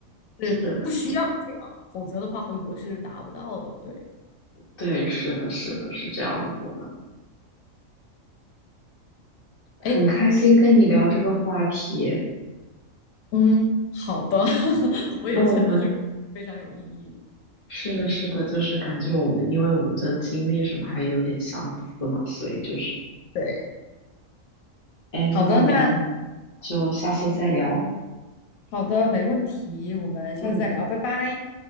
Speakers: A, on the left; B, on the left.
A: 是不需要这样，
B: 是，
A: 否则的话回国是达不到的。对，
B: 对，是的，是的，是这样子的。很开心跟你聊这个话题。
A: 哎，嗯，好的，<laughs> 我也觉得这个非常有意义。
B: 那我们是的，是的，就是感觉我们因为我们的经历什么还有点相似嘛，所以就是，
A: 对，
B: 哎，
A: 好的，
B: 那我们
A: 那
B: 就下次再聊。
A: 好的，没问题，我们下次再聊，
B: 嗯，
A: 拜拜。